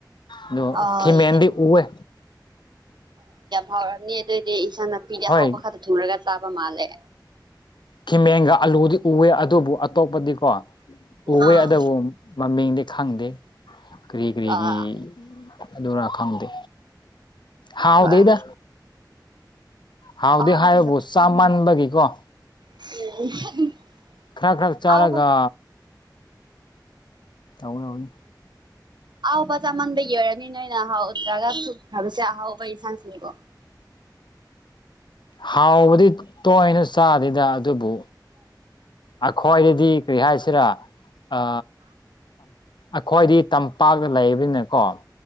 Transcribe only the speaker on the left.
ꯑꯗꯨ
ꯈꯤꯃꯦꯟꯗꯤ ꯎꯋꯦ꯫
ꯍꯣꯏ
ꯈꯤꯃꯦꯟꯒ ꯑꯂꯨꯗꯤ ꯎꯑꯦ ꯑꯗꯨꯕꯨ ꯑꯇꯣꯞꯄꯗꯤꯀꯣ ꯎꯋꯦ
ꯑꯗꯕꯨ ꯃꯃꯤꯡꯗꯤ ꯈꯪꯗꯦ ꯀꯔꯤ ꯀꯔꯤꯒꯤ
ꯑꯗꯨꯔ ꯈꯗꯦ ꯍꯥꯎꯗꯦꯗ꯫
ꯍꯥꯎꯗꯤ
ꯍꯥꯏꯕꯕꯨ
ꯆꯥꯃꯟꯕꯒꯤꯀꯣ꯫
ꯈꯔ ꯈꯔ ꯆꯥꯔꯒ
ꯍꯧꯅꯤ-ꯍꯧꯅꯤ꯫
ꯍꯥꯎꯕꯗꯤ ꯇꯣꯏꯅ ꯆꯥꯗꯦꯗ ꯑꯗꯨꯕꯨ ꯑꯩꯈ꯭ꯣꯏꯗꯗꯤ ꯀꯔꯤ ꯍꯥꯏꯁꯤꯔꯥ ꯑ ꯑꯩꯈꯣꯏꯗꯤ ꯇꯝꯄꯥꯛꯇ ꯂꯩꯕꯅꯤꯅꯦꯀꯣ